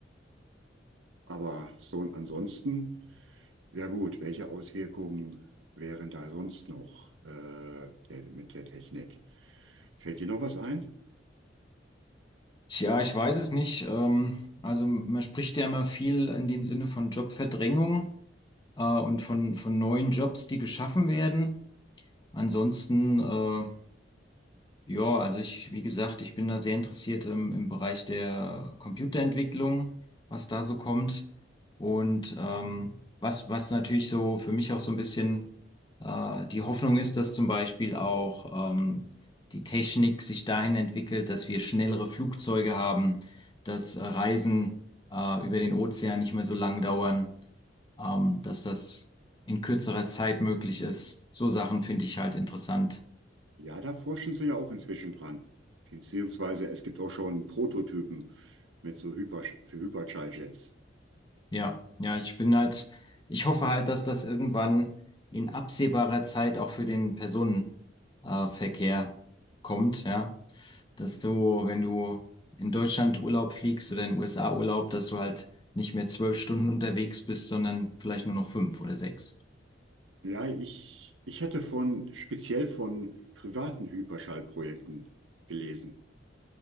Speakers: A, on the right; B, on the left.
A: Aber so und ansonsten. Ja gut, welche Auswirkungen wären da sonst noch äh, der, mit der Technik? Fällt dir noch was ein?
B: Tja, ich weiß es nicht. Ähm, also man spricht ja immer viel in dem Sinne von Jobverdrängung äh, und von, von neuen Jobs, die geschaffen werden. Ansonsten äh, ja, also ich, wie gesagt, ich bin da sehr interessiert im, im Bereich der Computerentwicklung, was da so kommt. Und ähm, was, was natürlich so für mich auch so ein bisschen äh, die Hoffnung ist, dass zum Beispiel auch ähm, die Technik sich dahin entwickelt, dass wir schnellere Flugzeuge haben, dass äh, Reisen äh, über den Ozean nicht mehr so lang dauern, ähm, dass das in kürzerer Zeit möglich ist. So Sachen finde ich halt interessant.
A: Ja, da forschen sie ja auch inzwischen dran. Beziehungsweise es gibt auch schon Prototypen mit so Hyper, für Hyperschalljets.
B: Ja, ja, ich bin halt, ich hoffe halt, dass das irgendwann in absehbarer Zeit auch für den Personenverkehr äh, Verkehr kommt, ja. Dass du, wenn du in Deutschland Urlaub fliegst oder in den USA Urlaub, dass du halt nicht mehr zwölf Stunden unterwegs bist, sondern vielleicht nur noch fünf oder sechs.
A: Ja, ich, ich hatte von speziell von privaten Hyperschallprojekten gelesen.